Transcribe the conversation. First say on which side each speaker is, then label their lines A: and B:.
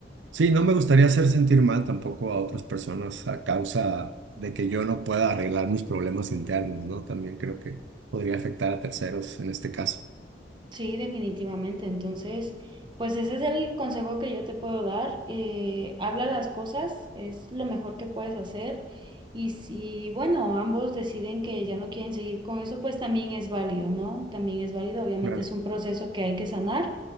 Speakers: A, on the right; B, on the right.
A: Sí, no me gustaría hacer sentir mal tampoco a otras personas a causa de que yo no pueda arreglar mis problemas internos, ¿no? También creo que podría afectar a terceros en este caso.
B: Sí, definitivamente. Entonces, pues ese es el consejo que yo te puedo dar. Eh, habla las cosas, es lo mejor que puedes hacer. Y si, bueno, ambos deciden que ya no quieren seguir con eso, pues también es válido, ¿no? También es válido. Obviamente
A: Claro.
B: es un proceso que hay que sanar,